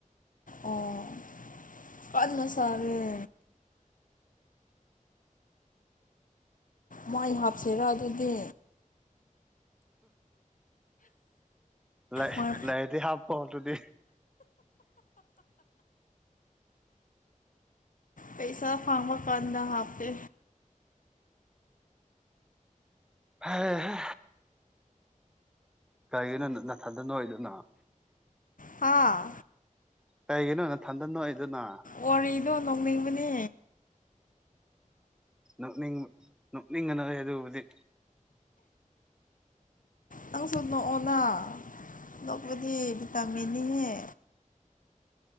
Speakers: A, on the left; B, in the centre.
A: ꯑꯣ ꯀꯟꯅ ꯁꯥꯏꯌꯦ ꯃꯥꯏꯞ ꯍꯥꯞꯁꯤꯔꯥ ꯑꯗꯨꯗꯤ
B: ꯂꯩ
A: ꯃꯣꯏ
B: ꯂꯩꯔꯗꯤ ꯍꯥꯞꯄꯣ ꯑꯗꯨꯗꯤ
A: ꯄꯩꯁꯥ ꯐꯪꯕꯀꯥꯟꯗ ꯍꯥꯞꯀꯦ
B: ꯍꯩ ꯍꯥ ꯀꯔꯤꯒꯤꯅꯣ ꯅꯊꯟꯗ ꯅꯣꯛꯏꯗꯨꯅ
A: ꯍꯥ
B: ꯀꯩꯒꯤꯅꯣ ꯅꯊꯟꯗ ꯅꯣꯛꯏꯗꯨꯅ
A: ꯋꯥꯔꯤꯗꯣ ꯅꯣꯛ ꯅꯤꯡꯕꯅꯦ
B: ꯅꯣꯛꯅꯤꯡ ꯅꯣꯛꯅꯤꯡꯒꯅꯣ ꯑꯗꯨꯕꯨꯗꯤ
A: ꯅꯪꯁꯨ ꯅꯣꯛꯑꯣꯅ ꯅꯣꯛꯄꯗꯤ ꯚꯤꯇꯥꯃꯤꯟꯅꯤꯍꯦ